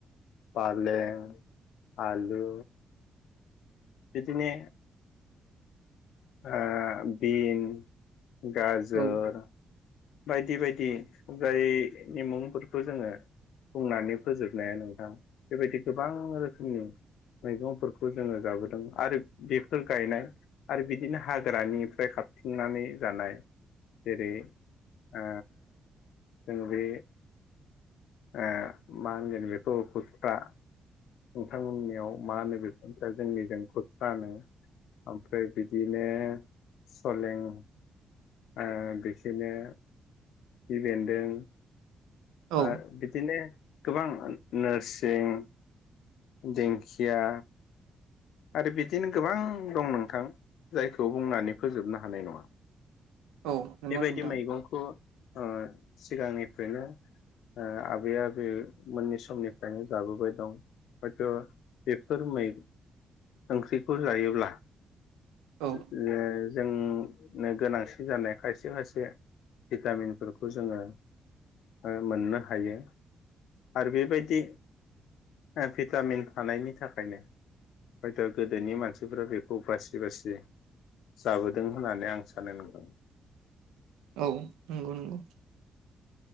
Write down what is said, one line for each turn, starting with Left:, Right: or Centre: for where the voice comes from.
Left: फालें आलु बेदिनो ओ बिन गाजर
Right: औ
Left: बायदि बायदि जायनि मुंफोरखौ जोङो बुंनानै फोजोबनाया नोंथां बेबायदि गोबां रोखोमनि मैगंफोरखौ जोङो जाबोदों आरो बेफोर गायनाय आरो बि दिनो हाग्रानिफ्राय खाथिंनानै जानाय। जेरै- ओ जों बे ओ मा होनगोन बेखौ खुथ्रा नोंथांमोननियाव मा होनो बेखौ जोंनिजों खुथ्रा होनो ओमफ्राय बि दिनो सलें ओ बिखोनो खिफि बेन्दों
Right: औ
Left: आ बिदिनो गोबां नोरसिं दिंखिया। आरो बिदिनो गोबां दं नोंथां जायखौ बुंनानै फोजोबनो हानाय नङा।
Right: औ नंगौ
Left: बेबायदि
Right: नोंथां
Left: मैगंखौ। ओ सिगांनिफ्रायनो ओ आबै आबै मोननि समनिफ्रायनो जाबोबाय दं हयथ बेफोर मै। ओंख्रिखौ जायोब्ला।
Right: औ
Left: <unintelligible> जोंनो गोनांथि जानाय खायसे खायसे भिटामिनफोरखौ जोङो ओ मोननो हायो आरो बेबायदि भिटामिन थानायनि थाखायनो। हयथ गोदोनि मानसिफ्रा बेखौ बासि-बासि जाबोदों होननानै आं सानो नंदों।
Right: औ नंगौ नंगौ।